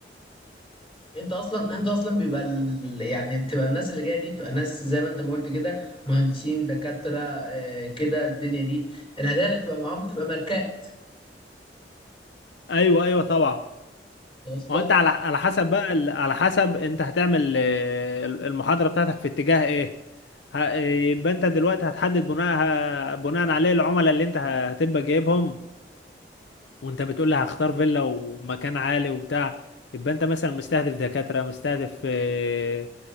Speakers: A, on the left (about 30°); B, on the left (about 80°).
A: انت اصلا انت اصلا بيبقى ال... يعني بتبقى الناس اللي جايه دي بتبقى ناس زي ما انت ما قلت كده مهندسين دكاتره آه، كده الدنيا دي الهدايا اللي بتبقى معاهم بتبقى ماركات
B: ايوه ايوه طبعا
A: واصله
B: ما هو انت على على حسب بقى ال- على حسب انت هتعمل آه، المحاضره بتاعتك في اتجاه ايه ه- يبقى انت دلوقتي هتحدد بناء بناء عليه العملاء اللي انت هتبقى جايبهم وانت بتقول لي هختار فيلا ومكان عالي وبتاع يبقى انت مثلا مستهدف دكاتره مستهدف آه،